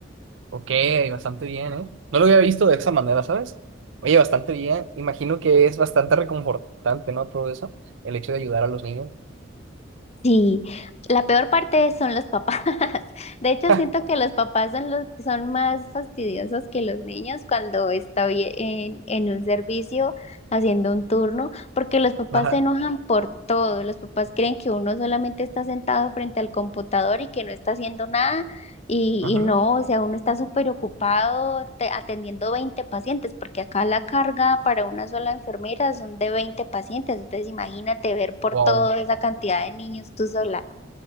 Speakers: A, on the right (about 75°); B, on the left (about 35°).
A: Ok, bastante bien, ¿eh? No lo había visto de esa manera, ¿sabes? Oye, bastante bien. Imagino que es bastante reconfortante, ¿no? Todo eso, el hecho de ayudar a los niños.
B: Sí, la peor parte son los papás. <laughs> De hecho,
A: <laughs>
B: siento que los papás son los que son más fastidiosos que los niños cuando estoy en, en un servicio haciendo un turno, porque los papás
A: Ajá,
B: se enojan por todo. Los papás creen que uno solamente está sentado frente al computador y que no está haciendo nada y,
A: ajá.
B: y no, o sea, uno está súper ocupado te- atendiendo 20 pacientes, porque acá la carga para una sola enfermera son de 20 pacientes, entonces imagínate ver por
A: Wow.
B: toda esa cantidad de niños tú sola.